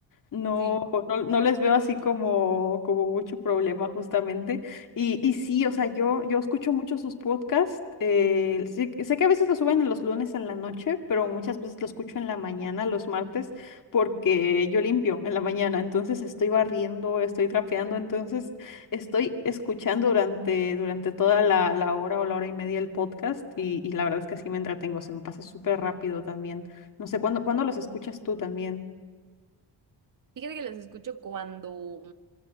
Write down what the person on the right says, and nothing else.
Sí,
fíjate que los escucho cuando...